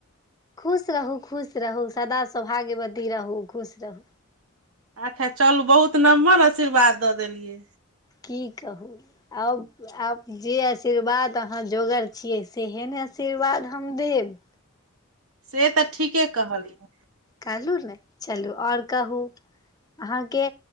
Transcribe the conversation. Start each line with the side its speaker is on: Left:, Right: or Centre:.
Left: खुश रहू खुश रहू सदा सौभाग्यवती रहू खुश रहू
Right: अच्छा चलू बहुत नम्हर आशीर्वाद दऽ देलियै
Left: की कहू आउ आब जे आशीर्वाद अहाँ जोगर छियै सेहे ने आशीर्वाद हम देब
Right: से तऽ ठीके कहलियै
Left: कहलु ने चलू आओर कहू अहाँके